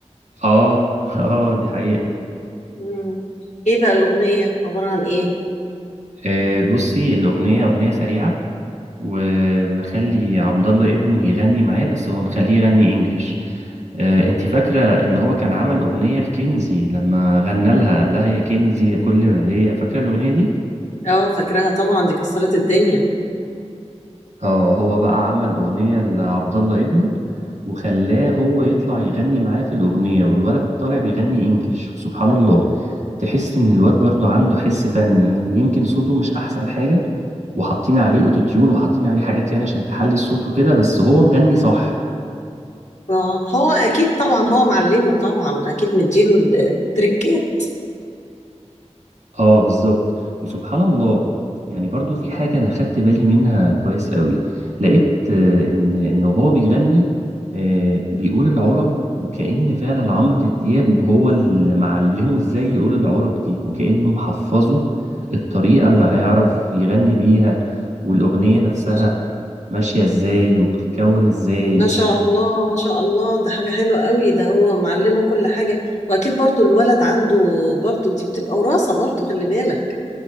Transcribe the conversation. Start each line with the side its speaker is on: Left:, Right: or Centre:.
Right: اه <laughs> اه دي حقيقة
Left: مم. ايه بقى الاغنية عبارة عن ايه
Right: آه بصي الأغنية أغنية سريعة ومخلي عبد الله ابنه يغني معاه بس هو مخليه يغني انجلش آه انتي فاكرة ان هو كان عمل أغنية لكنزي لما غنى لها قال لها يا كنزي يا كل ما ليا فاكرة الأغنية دي؟
Left: اه فاكراها طبعا دي كسرت الدنيا
Right: اه هو بقى عمل أغنية لعبد الله ابنه وخلاه هو يطلع يغني معاه في الأغنية والولد طالع بيغني إنجليش وسبحان الله تحس إن الواد برضو عنده حس فني يعني يمكن صوته مش أحسن حاجة وحاطين عليه أوتوتيون وحاطين عليه حاجات يعني عشان تحلي الصوت وكده بس هو مغني صح
Left: آه، هو اكيد طبعا هو معلمه طبعا اكيد مديله التريكات
Right: اه بالظبط وسبحان الله يعني برضو في حاجة أنا خدت بالي منها كويس قوي لقيت آه، إن إن هو بيغني آه، بيقول العرب وكأن فعلا عمرو دياب هو اللي معلمه إزاي يقول العرب دي وكأنه محفظه الطريقة اللي هيعرف يغني بيها والأغنية نفسها
Left: <laughs>
Right: ماشية إزاي وبتتكون إزاي
Left: ما شاء الله ما شاء الله ده حاجة حلوة قوي ده هو معلمه كل حاجة وأكيد برضو الولد عنده برضو دي بتبقى وراثة برضو خلي بالك